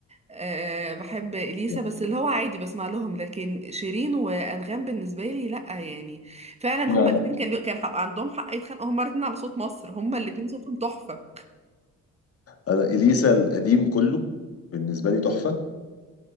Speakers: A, on the right; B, on the left.
A: أه بحب اليسا
B: لا
A: بس اللي هو عادي بسمع لهم لكن شيرين وانغام بالنسبه لي لا يعني فعلا
B: لا
A: هما
B: لا.
A: الاثنين كان كان حق عندهم حق يتخانقوا هما الاثنين على صوت مصر هما الاثنين صوتهم تحفه
B: انا اليسا القديم كله بالنسبه لي تحفه